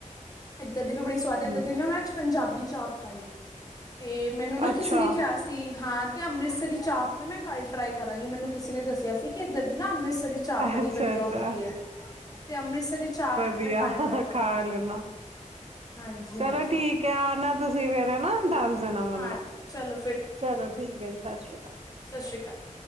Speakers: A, on the left; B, on the right.
A: ਇੱਧਰ ਦੀ ਵੀ ਬੜੀ ਸਵਾਦ ਏ, ਇੱਧਰ
B: ਹੂੰ
A: ਦੀ ਨਾ ਮੈਂ ਅੱਜ ਪੰਜਾਬੀ ਚਾਪ ਖਾਈ। ਤੇ ਮੈਨੂੰ ਨਾ
B: ਅੱਛਾ,
A: ਕਿਸੇ ਨੇ ਕਿ ਆ ਸ ਤੀ, ਹਾਂ ਤੇ ਅੰਮ੍ਰਿਤਸਰੀ ਚਾਪ ਨਾ ਮੈਂ ਕੱਲ ਟ੍ਰਾਈ ਕਰਾਂਗੀ ਮੈਨੂੰ ਕਿਸੇ ਨੇ ਦੱਸਿਆ ਸੀ ਕਿ ਇਧਰ ਦੀ ਨਾ, ਅੰਮ੍ਰਿਸਰੀ ਚਾਪ‌ ਬੜੀ
B: ਅੱਛਾ,
A: ਵਧੀਆ
B: ਅੱਛਾ।
A: ਹੁੰਦੀ ਏ, ਤੇ ਅੰਮ੍ਰਿਤਸਰੀ ਚਾਪ
B: ਵਿਯਾਹਾ
A: ਮੈਂ ਕੱਲ ਟਰਾਈ
B: ਹਾ
A: ਕਰਾਂਗੀ
B: ਖਾ ਲੇਨਾ,
A: ਹਾਂਜੀ
B: ਚਲੋ
A: ਹਾਂਜੀ
B: ਠੀਕ ਹੈ। ਆਨਾ ਤੁਸੀ ਫੇਰ ਹੈਨਾ ਦੱਸ ਦੇਣਾ ਮਨੂੰ,
A: ਹਾਂ ਚਲੋ
B: ਚਲੋ ਠੀਕ ਏ, ਸਤਿ ਸ਼੍ਰੀ ਅਕਾਲ।
A: ਸਸ਼੍ਰੀ ਕਾਲ।